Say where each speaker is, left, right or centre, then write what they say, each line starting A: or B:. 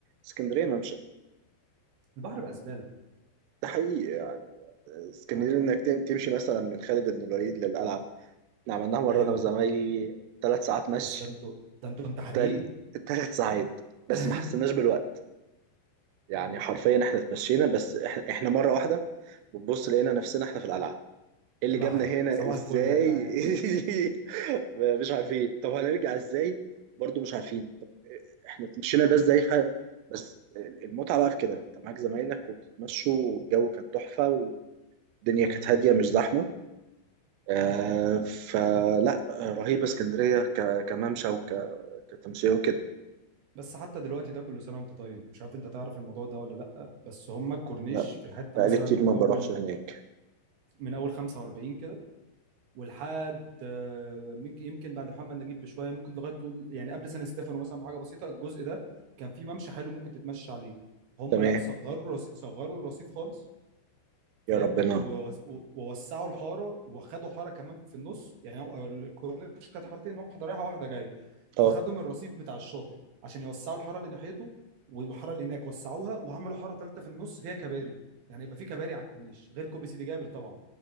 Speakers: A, on the right; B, on the right.
A: اسكندريه ممشى
B: البحر بقى زباله
A: ده حقيقي يعني آه، اسكندريه
B: حاجه
A: انك تم- تمشي مثلا من خالد بن الوليد للقلعه احنا عملناها مره
B: ايوه
A: انا وزمايلي ثلاث ساعات مشي
B: بس ده انتوا ده انتوا انتحاريين
A: تل... تلات ساعات بس
B: <laughs>
A: ما حسيناش بالوقت يعني حرفيا احنا اتمشينا بس احنا, احنا مره واحده بنبص لقينا نفسنا احنا في القلعه ايه اللي
B: في
A: جابنا
B: بحري
A: هنا
B: صباح
A: ازاي
B: الفل يا جدعان
A: <laughs> مش عارفين طب هنرجع ازاي برضو مش عارفين طب احنا اتمشينا ده ازاي ف... بس المتعه بقى في كده انت معاك زمايلك وبتتمشوا والجو كان تحفه والدنيا
B: <laughs>
A: كانت هاديه مش زحمه آه فلا رهيبه اسكندريه ك... كممشى وك... كتمشيه وكده
B: بس حتى دلوقتي ده كل سنه وانت طيب مش عارف انت تعرف الموضوع ده ولا لا بس هم الكورنيش
A: لا
B: في الحته
A: بقالي
B: مثلا
A: كتير
B: من
A: ما
B: اول
A: بروحش هناك
B: من اول 45 كده ولحد آه، من- يمكن بعد محمد نجيب بشويه ممكن لغايه تقول يعني قبل سان ستيفانو مثلا بحاجه بسيطه الجزء ده كان فيه ممشى حلو ممكن تتمشى عليه هم
A: تمام
B: لا صغروا الرصيف صغروا الرصيف خالص فاهم
A: يا ربنا
B: ووس- ووسعوا الحاره وخدوا حاره كمان في النص يعني هو الكورنيش كانت حارتين واحده رايحه واحده جايه
A: اه
B: فخدوا من الرصيف بتاع الشاطئ عشان يوسعوا الحاره اللي ناحيته والحاره اللي هناك وسعوها وعملوا حاره ثالثه في النص فيها كباري يعني يبقى في كباري على الكورنيش غير كوبري سيدي جابر طبعا